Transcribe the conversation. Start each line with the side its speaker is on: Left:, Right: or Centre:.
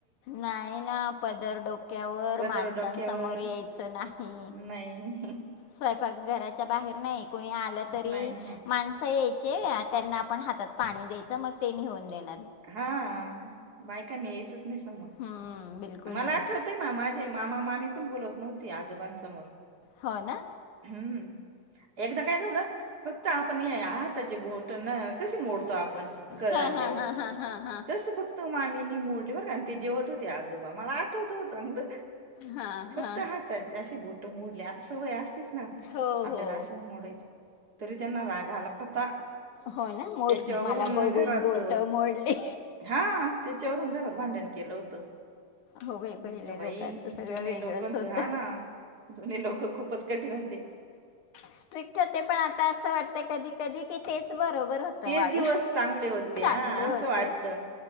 Left: नाही ना पदर डोक्यावर,
Right: पदर
Left: माणसांसमोर
Right: डोक्यावर
Left: यायचं नाही.
Right: नाही.
Left: स्वयंपाक घराच्या बाहेर नाही. कुणी आलं तरी
Right: नाही नाही
Left: माणसं यायचे त्यांना आपण हातात पाणी द्यायचं मग ते नेहून देण
Right: हा बायकांनी यायचंच नाही समोर.
Left: हम्म, बिलकुल
Right: मला
Left: नाही
Right: आठवतें ना माझे मामा मामी पण बोलत नव्हती आजोबांसमोर.
Left: हो ना
Right: हम्म एकदा काय झालं फक् आता आपण हे आहताचे भोट कसे मोडतो आपण कळ
Left: हां
Right: लागल्यावर
Left: हां हां हां हां हां
Right: तस फक्त मामीनी मोडली बर का ते जेवत होते आज. मला आठवत चांगलं.
Left: हां
Right: फक्त
Left: हां
Right: हाता अशी बोट मोडली आता सवय अस
Left: हो
Right: आपल्याला
Left: हो
Right: असं मोडायच तरी त्यांना राग आला होता.
Left: हो ना
Right: त्याच्यावरून
Left: मला बघून
Right: घरात
Left: बोट मोडली.
Right: हा त्याच्यावरून घरात भांडण केलं होतं.
Left: हो बाई
Right: म्हटलं
Left: पहिले
Right: भाई
Left: लोकांचं सगळं
Right: जुने
Left: वेगळंच
Right: लोकांच
Left: होतं
Right: हा ना. जुने लोक खूपच कठीण होते.
Left: स्ट्रिक्ट होते पण आता असं वाटत कधी कधी की तेच बरोबर होतं
Right: तेच
Left: वागणं
Right: दिवस चांगले होते
Left: चांगले
Right: हा
Left: होते
Right: असं वाटत.